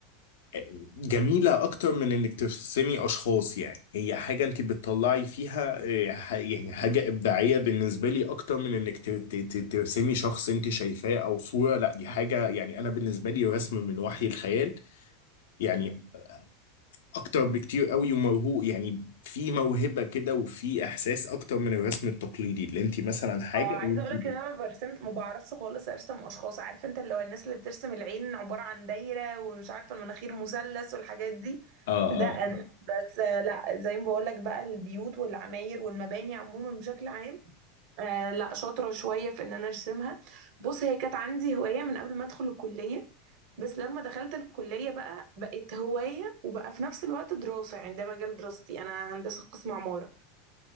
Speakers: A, on the left (about 75°); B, on the right (about 60°).
A: آه، جميلة أكتر من إنك ترسمي أشخاص يعني هي حاجة أنت بتطلعي فيها آه، ح- يعني حاجة إبداعية بالنسبة لي أكتر من إنك ت- ت- ت- ترسمي شخص أنت شايفاه أو صورة لا دي حاجة يعني أنا بالنسبة لي رسم من وحي الخيال يعني اكتر بكتير قوي وموهوب يعني في موهبة كده وفي احساس اكتر من الرسم التقليدي اللي انت مثلا حاجة
B: اه عايزه
A: وانت
B: اقولك
A: بت-
B: ان انا ما برسمش ما بعرفش خالص ارسم اشخاص عارف انت اللي هو الناس اللي بترسم العين عباره عن دايره ومش عارفه المناخير مثلث والحاجات دي
A: اه
B: ده
A: اه
B: انا بس آه، لا زي ما بقولك بقى البيوت والعماير والمباني عموما بشكل عام آه لا شاطره شويه في ان انا ارسمها بص هي كانت عندي هوايه من قبل ما ادخل الكليه بس لما دخلت الكليه بقى بقت هوايه وبقى في نفس الوقت دراسه يعني ده مجال دراستي انا هندسه قسم عماره